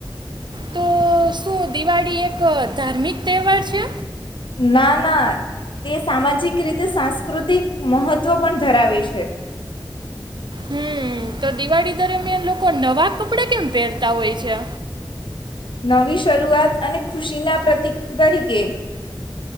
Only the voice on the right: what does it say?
તો શું દિવાળી એક ધાર્મિક તહેવાર છે?
હમ તો દિવાળી દરમિયાન લોકો નવા કપડાં કેમ પહેરતા હોય છે?